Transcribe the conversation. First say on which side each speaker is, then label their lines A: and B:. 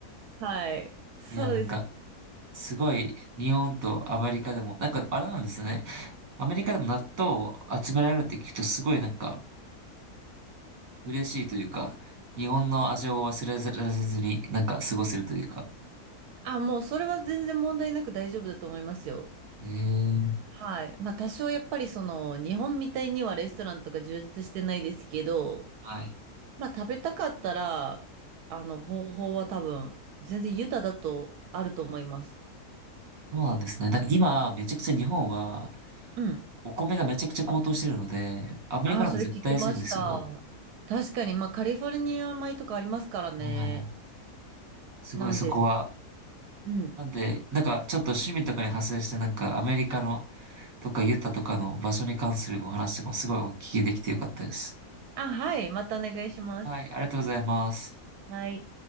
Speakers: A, on the right; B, on the right.
A: はい。そうです。
B: いや、なんか、すごい、日本とアメリカでも、なんかあれなんですね。アメリカでも納豆を集められるって聞くとすごいなんか嬉しいというか、日本の味を忘れられずになんか過ごせるというか。
A: あ、もうそれは全然問題なく大丈夫だと思いますよ。
B: ええ、
A: はい。まあ多少やっぱりその日本みたいにはレストランとか充実してないですけど、
B: はい。
A: まあ食べたかったら、あの方法は多分全然豊だとあると思います。
B: そうなんですね。なんか今、めちゃくちゃ日本は
A: うん。
B: お米がめちゃくちゃ高騰してるので、アメリカなんか絶対安いんですよ。
A: ああ、それ聞きました。確かに、まあカリフォルニア米とかありますからね。
B: はい。すごいそこは
A: なんです。うん。
B: なんで、なんかちょっと趣味とかに派生して、なんかアメリカのとかユタとかの場所に関するお話とかもすごいお聞きできてよかったです。
A: あ、はい。またお願いします。
B: はい、ありがとうございます。
A: はい。